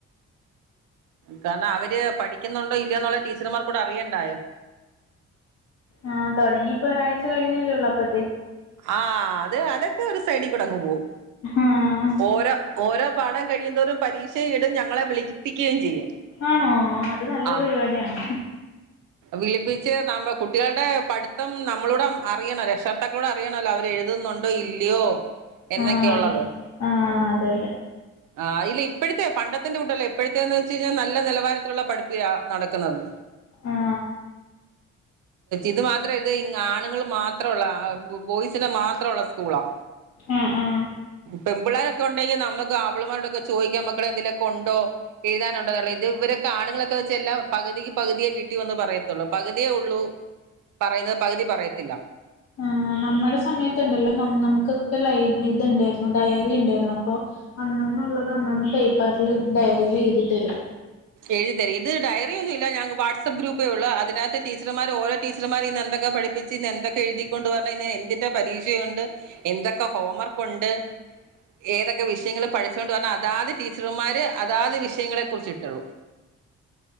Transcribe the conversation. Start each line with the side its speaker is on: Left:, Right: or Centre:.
Right: കാരണം അവര് പഠിക്കുന്നൊണ്ടോ ഇല്ലിയോനോള്ള ടീച്ചർമാർകൂടെ അറിയണ്ടായോ
Left: ആ തുടങ്ങി ഇപ്പോ ഒരാഴ്ച്ച കഴിഞ്ഞില്ലേ ഉള്ളൂ അപ്പോ
Right: ആഹ് അത് അതെ ഒരു സൈഡിൽ കൂടങ്ങ് പോവും.
Left: ആഹ്
Right: ഓരോ ഓരോ പാഠം കഴിയുന്തോറും പരീക്ഷ ഇടും ഞങ്ങളെ വിളിപ്പിക്കുകയും ചെയ്യും.
Left: ആണോ അത് നല്ലൊരു
Right: ആ
Left: പരിപാടിയാണ്.
Right: വിളിപ്പിച്ച് നമ്മ കുട്ടികളുടെ പഠിത്തം നമ്മളോടെ അറിയണം രക്ഷർത്താക്കളോടെ അറിയണല്ലോ അവര് എഴുതുന്നുണ്ടോ ഇല്ലയോ എന്നൊക്കെയുള്ളത്
Left: ആഹ് ആഹ് അതെ അതെ.
Right: ആ ഇല്ല ഇപ്പോഴത്തെ പണ്ടത്തിന്റെ കൂട്ടല്ലേ ഇപ്പോഴത്തേന്ന് വെച്ച് കഴിഞ്ഞാൽ നല്ല നിലവാരത്തിലുള്ള പഠിപ്പിയാ നടക്കുന്നത്.
Left: ആ
Right: ഇത് മാത്രം ഇത് ങ്ങാ ആണുങ്ങൾ മാത്രം ഒള്ളതാ ബോയ്സിന് മാത്രം ഉള്ള സ്കൂളാ.
Left: ആ ആ
Right: പെമ്പിള്ളാരൊക്കെ ഉണ്ടെങ്കി നമ്മുക്ക് അവളുമാരോടൊക്കെ ചോദിക്കാ മക്കളെ എന്തേലൊക്കെ ഉണ്ടോ എഴുതാനൊണ്ടോ എന്നുള്ള ഇത് ഇവരൊക്കെ ആണുങ്ങളൊക്കെ വെച്ച് എല്ലാം പകുതിക്ക് പകുതിയേ വീട്ടിൽ വന്നന്ന് പറയത്തുള്ളൂ പകുതിയേ ഉള്ളു പറയുന്നത് പകുതി പറയത്തില്ല.
Left: ആ നമ്മുടെ സമയത്തുണ്ടല്ലോ നമുക്കൊക്കെ ലൈബ ഇതിണ്ടായിരുന്നു ഡയറി ഉണ്ടായിരുന്നു അപ്പോൾ അന്നന്നുള്ളത് അന്നന്ന് പേപ്പറിൽ ഡയറിൽ എഴുതി തരും.
Right: എഴുതിതരും ഇത് ഡയറി ഒന്നും ഇല്ല ഞ വാട്സ്ആപ്പ് ഗ്രൂപ്പേ ഉള്ളൂ അതിനകത്ത് ടീച്ചർമാർ ഓരോ ടീച്ചർമാർ ഇന്ന് എന്തൊക്കെ പഠിപ്പിച്ച്, ഇന്ന് എന്തൊക്കെ എഴുതിക്കൊണ്ട് വരണം, ഇന്ന് എന്തിന്റെ പരീക്ഷയുണ്ട്, എന്തൊക്കെ ഹോം വർക്കുണ്ട്, ഏതൊക്കെ വിഷയങ്ങൾ പഠിച്ചോണ്ട് വരണം അതാത് ടീച്ചർമാർ അതാത് വിഷയങ്ങളെ കുറിച്ചിട്ടുള്ളു.